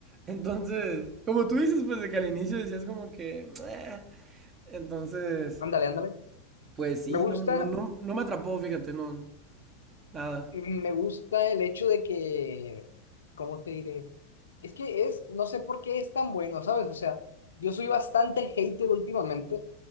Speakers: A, on the right; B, on the left.
A: Entonces, como tú dices, pues de que al inicio decías como que... "Meh". Entonces,
B: Ándale, ándale.
A: pues sí,
B: Me gusta,
A: no, no, no, no me atrapó, fíjate, no, nada.
B: mm, me gusta el hecho de que, ¿cómo te diré? Es que es, no sé por qué es tan bueno, ¿sabes? O sea, yo soy bastante hater últimamente